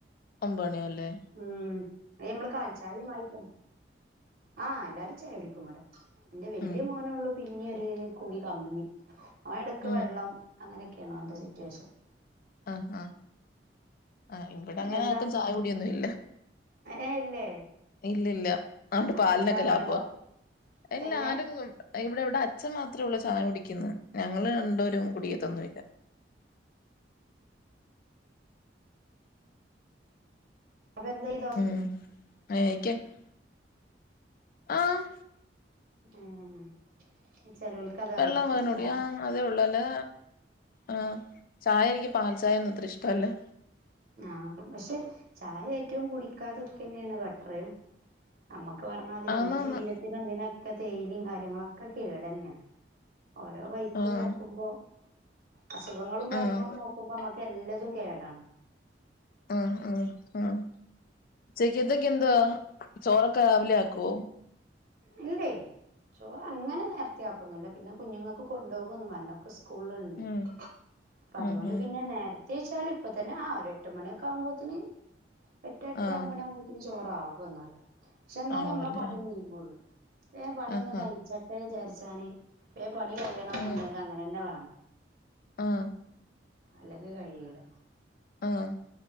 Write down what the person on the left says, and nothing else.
ഒമ്പണി അല്ലേ
ഉം
ഉം
ആഹ് ആഹ് ആ് ഇപ്പടങ്ങനെ
ചായകുടിയൊന്നുല്ല
ഇല്ല ഇല്ല അതോണ്ട്
പാലിനൊക്കെ
ലാബാ
ഇല്ല
ആരും ഇവിടെ ഇവിടെ അച്ഛൻ മാത്രമേള്ളൂ ചായ കുടിക്കുന്നെ ഞങ്ങള്ൾ രണ്ടരും കുടിയത്തൊന്നുമല്ല
ഉം അക്ക <unintelligible> ആഹ്
വെള്ളം പകർന്ന്
കുടിക്കും ആഹ് അതേ ഉള്ളൂ അല്ലേ ആ ചായ എനിക്ക് പാൽ ചായന്ന് ഇത്ര ഇഷ്ടല്ലേ
ആന്നാന്ന്
ആഹ്
ആഹ്
ആഹ് ആഹ് ഉച്ചക്കത്തിന് എന്തുവാ ചോറൊക്കെ രാവിലെ ആക്കോ
ഉം
ഉം ഉം
ആഹ്
ആവുവല്ലേ
ആഹ് ആഹ്
ആഹ്
ആഹ്
ആഹ്